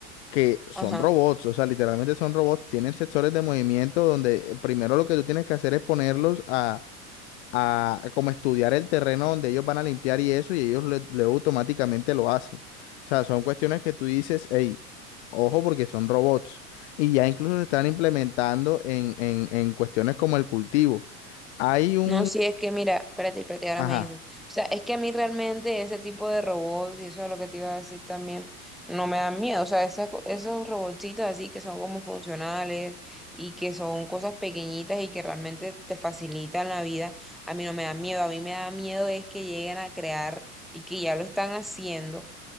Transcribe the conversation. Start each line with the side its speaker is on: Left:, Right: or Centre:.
Left: que son
Centre: Ajá.
Left: robots, o sea, literalmente son robots, tienen sensores de movimiento donde eh, primero lo que tú tienes que hacer es ponerlos a a, a como estudiar el terreno donde ellos van a limpiar y eso, y ellos le- luego automáticamente lo hacen. O sea, son cuestiones que tú dices, hey, ojo porque son robots. Y ya incluso se están implementando en, en, en cuestiones como el cultivo. Hay un,
Centre: No, sí, es que mira, espérate, espérate, ahora
Left: ajá,
Centre: me dices. O sea, es que a mí realmente ese tipo de robots, y eso es lo que te iba a decir también, no me dan miedo. O sea, esa co- esos robotcitos así que son como funcionales y que son cosas pequeñitas y que realmente te facilitan la vida, a mí no me dan miedo. A mí me da miedo es que lleguen a crear y que ya lo están haciendo,